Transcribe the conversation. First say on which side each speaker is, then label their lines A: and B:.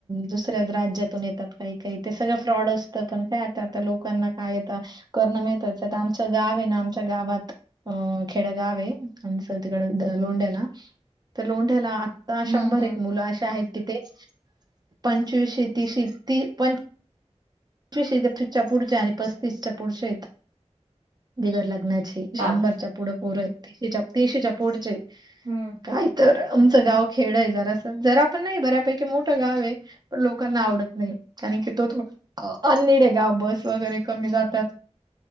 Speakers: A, on the right (about 35°); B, on the right (about 80°).
A: दुसऱ्या राज्यातून येतात काही काही, ते सगळं फ्रॉड अस तात, पण काय आता आता लोकांना काय आता, करणं मिळतच आता आमचं गाव आहे ना आमच्या गावात हम्म खेडं गाव आहे, आमचं ती द लोंढ्याला, तर लोंढ्याला आता
B: हम्म
A: शंभर
B: हम्म
A: एक मुलं अशे आहेत की ते पंचवीशे तिश ती पं <unintelligible> च्या पुढच्या आणि पस्तीसच्या पुढच्या हायत, बिगर लग्नाची ती,
B: बाप
A: शंभरच्या पुढं पोरं आहेत तिशीच्या तीशीेच्या पुढचे,
B: हम्म.
A: काय तर आमचं गाव खेड आहे जरासं, जरा पण नाही बऱ्यापैकी मोठं गाव आहे. पण लोकांना आवडत नाही, कारण की तो थोडा अ अननिड आहे गाव बस वगैरे कमी जातात,